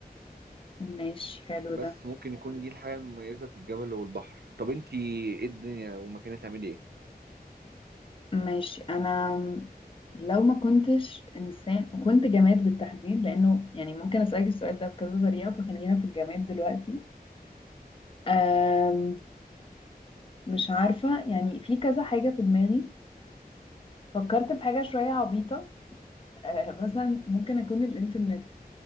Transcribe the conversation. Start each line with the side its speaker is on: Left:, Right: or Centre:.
Left: ماشي حلو
Right: بس
Left: ده
Right: ممكن يكون دي الحاجة المميزة في الجبل والبحر طب انتي ايه الدنيا ومكانها تعملي ايه
Left: ماشي انا لو ما كنتش انسان وكنت جماد بالتحديد لانه يعني ممكن اسالك السؤال ده بكذا طريقه فخلينا في الجماد دلوقتي أم مش عارفه يعني في كذا حاجه في دماغي فكرت في حاجه شويه عبيطه أه مثلا ممكن اكون الانترنت